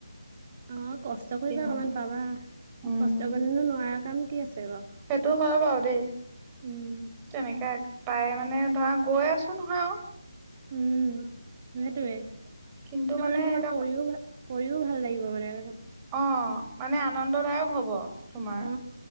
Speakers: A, on the right (about 35°); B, on the right (about 15°).
A: অ কষ্ট কৰিবা
B: কিমান
A: অকমান
B: হয়
A: পাবা
B: উম
A: কষ্ট কৰিলেনো নোৱাৰা কাম কি আছে বাৰু
B: সেইটো হয় বাৰু দেই
A: উম
B: তেনেকে পাই মানে ধৰা গৈ আছো নহয় আৰু
A: উম সেইটোৱে আপাৰ
B: কিন্তু মানে
A: তোমাক
B: এতিয়া
A: কৰিও ভাল কৰিও ভাল লাগিব মানে
B: অ মানে আনন্দদায়ক হ'ব তোমাৰ
A: অ